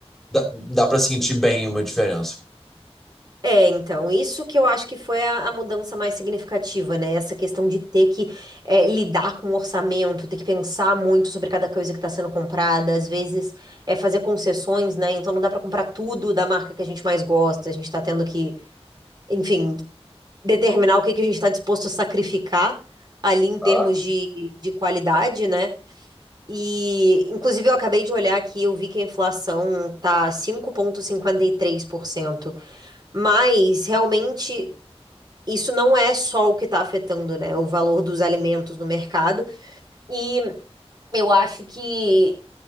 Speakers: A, in the centre; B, on the right.
A: dá, dá para sentir bem uma diferença.
B: É, então, isso que eu acho que foi a, a mudança mais significativa, né? Essa questão de ter que é, lidar com o orçamento, ter que pensar muito sobre cada coisa que está sendo comprada, às vezes é fazer concessões, né? Então não dá para comprar tudo da marca que a gente mais gosta, a gente está tendo que, enfim, determinar o que que a gente está disposto a sacrificar ali em
A: Tá?
B: termos de, de qualidade, né? E, inclusive, eu acabei de olhar aqui, eu vi que a inflação tá cinco vírgula cinquenta e três por cento Mas realmente isso não é só o que está afetando, né, o valor dos alimentos no mercado. E eu acho que,